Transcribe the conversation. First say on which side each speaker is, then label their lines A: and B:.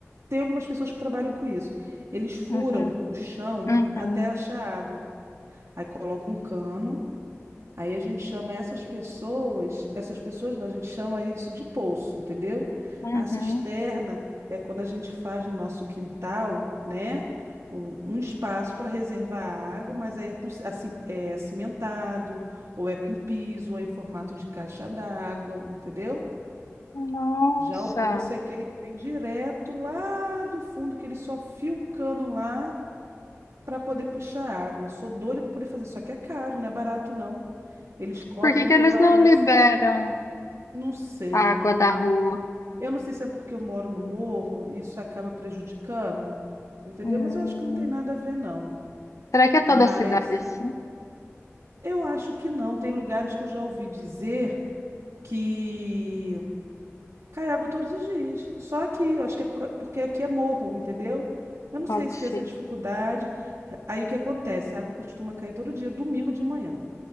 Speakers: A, on the right; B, on the left.
A: tem algumas pessoas que trabalham com isso. Eles furam
B: Uhum,
A: o chão
B: uhum,
A: até achar água. Aí colocam um cano Aí a gente chama essas pessoas, essas pessoas, não, a gente chama isso de poço, entendeu?
B: uhum.
A: A cisterna é quando a gente faz no nosso quintal, né? Um, um espaço para reservar a água, mas aí é, com, assim, é cimentado, ou é com piso, ou é em formato de caixa d'água, entendeu?
B: Nossa.
A: Já o poço é aquele que vem direto lá do fundo, que ele só fia o cano lá para poder puxar água. Eu Sou doida para poder fazer, só que é caro, não é barato não. Eles cobram
B: Por que que
A: pela
B: eles não
A: profu-
B: liberam
A: não sei.
B: a água da rua?
A: Eu não sei se é porque eu moro no morro e isso acaba prejudicando, entendeu?
B: Hum,
A: Mas eu acho que não tem nada a ver não.
B: será que é toda
A: Mas
B: a cidade assim?
A: eu acho que não. Tem lugares que eu já ouvi dizer que cai água todos os dias. Só aqui, eu acho que é por ca- porque aqui é morro, entendeu? Eu não
B: Pode
A: sei se
B: ser.
A: tem essa dificuldade. Aí o que acontece? A água costuma cair todo dia, domingo de manhã.